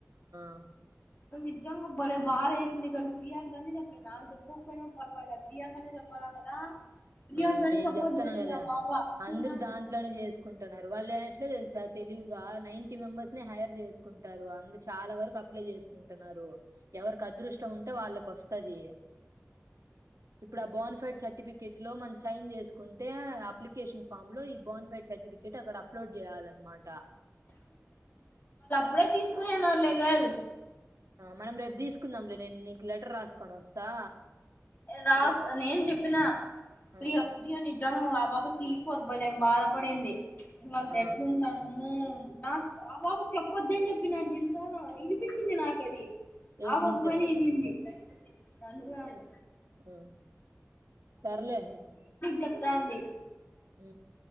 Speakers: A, on the right; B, on the left.
A: హాయ్
B: కొ నిజంగా బలే బా చేేసిందిక ప్రయాంక చెప్ప నాాలుగు పకు పర్వాల ప్రయాంకనే చ చెప్పడు కదా ప్రియాకి
A: ఆ
B: గాని
A: నేను
B: చెప్పొద్దనింది
A: చెప్తాను కదా
B: ఆ పాప సీనాటు
A: అందరు దాంట్లోనే చేసుకుంటున్నారు వాళ్ళు ఎట్లా తెలుసా తెలివిగా నైన్టీ మెంబర్స్ ని హైర్ చేసుకుంటారు అందు చాలా వరకు అప్లై చేసుకుంటున్నారు ఎవరికి అదృష్టం ఉంటే వాళ్ళకి వది ఇప్పుడు ఆ బోన్ ఫైడ్ సర్టిఫికెట్ ఇట్ లో మనం సైన్ చేసుకుంటే అప్లికేషన్ ఫామ్ లో ఈ బోన్ ఫైడ్ సర్టిఫికెట్ అక్కడ అప్లోడ్ చేయాలన్నమాట
B: ఇప్పుడే తీసుకునిన్నారులేగల్
A: ఆ మనం రేపు తీసుకుందాంలే నేను నీకు లెటర్ రాసుకోని వస్తా
B: రా
A: అదే
B: నేను చెప్పిన ప్రియో
A: ఆ
B: ప్రియో ని చ ఆబ కసిఫ బలే బాగా పడేందే నేను వాళ్ళకి
A: ఆ
B: ఎట్లుంటాను నాకు ఆ బాబు చెప్పొద్ద్ద అని చెప్పినారు తెలుసా వినిపించింది నాకు అది
A: ఎవరు
B: ఆ బాబుగాని
A: నీకు చెప్పద్దని
B: నింది రండ కాాల
A: ఆ సర్లే
B: చెప్తా అండి
A: హ